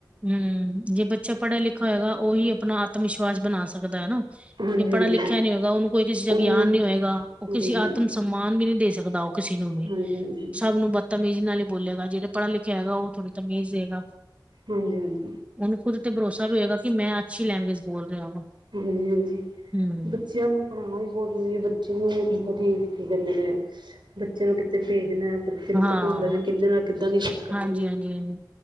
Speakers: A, on the right; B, on the right.
A: ਹੂੰ, ਜੇ ਬੱਚਾ ਪੜ੍ਹਿਆ ਲਿਖਿਆ ਹੋਏਗਾ ਓਈ ਆਪਣਾ ਆਤਮ ਵਿਸ਼ਵਾਸ ਬਣਾ ਸਕਦਾ ਐਨਾ।
B: ਹਾਂਜੀ-ਹਾਂਜੀ,
A: ਜੇ ਪੜ੍ਹਿਆ ਲਿਖਿਆ ਨੀ ਹੋਏਗਾ। ਓਨੂੰ ਕੋਈ ਕਿਸੇ ਦਾ
B: ਉਹਨੂੰ
A: ਗਿਆਨ ਨੀ ਹੋਏਗਾ। ਉਹ
B: ਹਾਂਜੀ-ਹਾਂਜੀ,
A: ਕਿਸੇ ਆਤਮ ਸਮਾਨ ਵੀ ਨੀ ਦੇ ਸਕਦਾ, ਓ ਕਿਸੇ ਨੂੰ ਵੀ
B: ਹਾਂਜੀ-ਹਾਂਜੀ,
A: ਸਭ ਨੂੰ ਬ ਤਮੀਜ਼ ਨਾਲ ਹੀ ਬੋਲੇਗਾ ਜਿਹੜੇ ਪੜ੍ਹਿਆ ਲਿਖਿਆ ਹੈਗਾ, ਓ ਥੋੜਾ ਤਮੀਜ਼ ਦੇਗਾ।
B: ਹਾਂਜੀ, ਹਾਂਜੀ।
A: ਓਨੂੰ ਖੁਦ ਤੇ ਭਰੋਸਾ ਵੀ ਹੋਏਗਾ ਕਿ ਮੈਂ ਅੱਛੀ ਲੈਂਗੁਏਜ ਬੋਲ ਰਿਆ ਵਾ।
B: ਹਾਂਜੀ, ਹਾਂਜੀ
A: ਹੂੰ
B: ਬੱਚਿਆਂ ਨੂੰ ਪੜ੍ਹਾਣਾ ਵੀ ਬਹੁਤ ਜ਼ਰੂਰੀ ਐ ਬੱਚੇ ਨੂੰ, ਇਦਾਂ ਕਿ ਜਾਂਦੇ ਨੇ ਬੱਚਿਆਂ ਨੂੰ ਕਿਤੇ ਭੇਜਨਾ ਬੱਚੇ ਨੂੰ
A: ਹਾਂ।
B: ਪਤਾ ਹੁੰਦਾ ਵੀ ਕਿਦੇ ਨਾਲ ਕਿੱਦਾਂ ਦੀ ਗੱਲ ਕਰਨੀ
A: ਹਾਂਜੀ-ਹਾਂਜੀ,
B: ਐ।